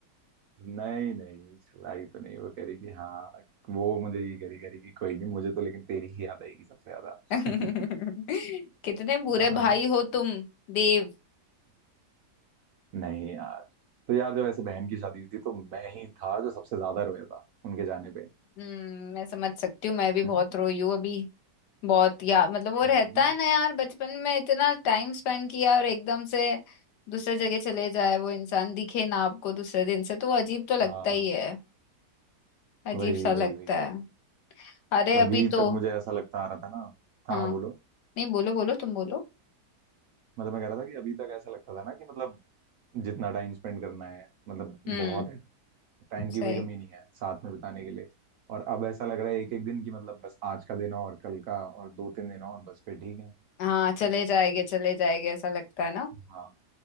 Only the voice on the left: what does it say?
<laughs>
कितने बुरे
भाई हो तुम देव
हम्म, मैं समझ सकती हूँ मैं भी बहुत
रोई हूँ अभी बहुत या मतलब वो
रहता है ना यार बचपन में इतना टाइम स्पेंड किया और एकदम से दूसरे जगह चले जाए वो इंसान दिखे ना आपको दूसरे दिन से तो वो अजीब तो लगता
ही है अजीब
सा लगता
है अरे
अभी तो
हाँ
नहीं बोलो बोलो तुम बोलो
हम्म
सही
हाँ चले जाएंगे
चले जाएंगे ऐसा लगता है ना